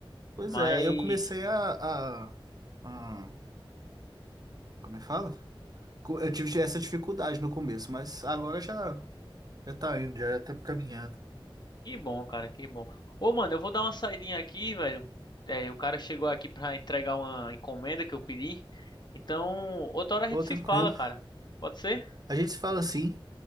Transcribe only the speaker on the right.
Pois
é, aí eu comecei a, a, a- como é que fala? Co- Eu tive essa dificuldade no começo, mas agora já, já tá indo, já, já tá caminhando.
Ô,
tranquilo.
A gente se fala assim,